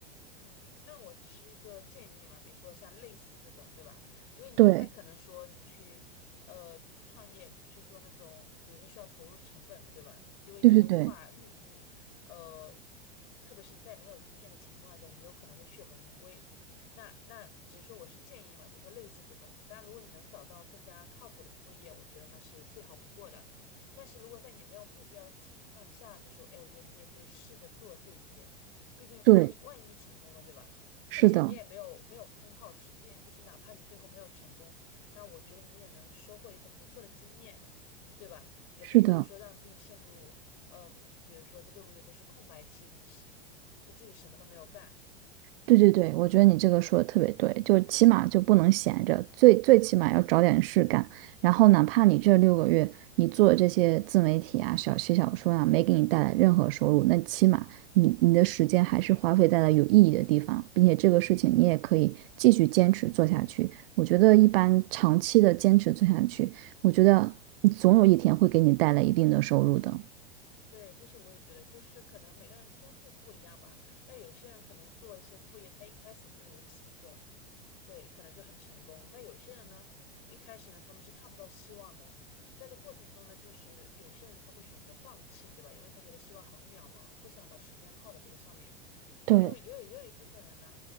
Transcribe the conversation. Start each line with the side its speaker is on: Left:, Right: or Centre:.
Left: 嗯，那我只是一个建议嘛，比如说像类似这种，对吧？因为你不太可能说你去，
Right: 对，
Left: 呃，创业去做那种，比如说需要投入成本的，对吧？因为你都无法预估，
Right: 对对对
Left: 呃，特别是你在没有经验的情况下，你有可能会血本无归。那那只是说我是建议嘛，比如说类似这种。当然，如果你能找到更加靠谱的副业，我觉得那是最好不过的。但是如果在你没有目标的情况下，就是，哎，我觉得你也可以试着做这些。毕竟万一万一成功了，
Right: 对，
Left: 对吧？
Right: 是的，
Left: 而且你也没有没有空耗时间，就是哪怕你最后没有成功，那我觉得你也能收获一份不错的经验，对吧？也不至于说让自己陷入，
Right: 是的。
Left: 嗯，比如说这六个月都是空白期，你是不至于什么都没有干，
Right: 对对对，我觉得你这个说的特别对，就起码就不能闲着，最最起码要找点事干。然后哪怕你这六个月你做的这些自媒体啊、小写小说啊，没给你带来任何收入，那起码你你的时间还是花费在了有意义的地方，并且这个事情你也可以继续坚持做下去。我觉得一般长期的坚持做下去，我觉得总有一天会给你带来一定的收入的。
Left: 对，这是我也觉得，就是可能每个人天赋不一样吧。那有些人可能做一些副业，他一开始就有起色，对，可能就很成功。那有些人呢，一开始呢，他们是看不到希望的，在这过程中呢，就是有些人他会选择放弃，对吧？因为他觉得希望很渺茫，不想把时间耗在这个上面。但也有也有也有一部分人呢，
Right: 对，